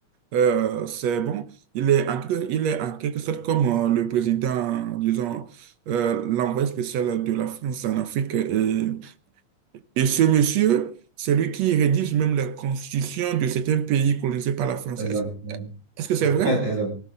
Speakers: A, on the right; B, on the right.
A: euh, c'est bon, il est en, quelque- il est en quelque sorte comme euh, le président, disons, euh, l'envoyé spécial de la France en Afrique. Et, et ce monsieur, c'est lui qui rédige même la constitution de certains pays colonisés par la France.
B: Exactement.
A: Est-ce est-ce que c'est
B: <laughs>
A: vrai?
B: Exactement.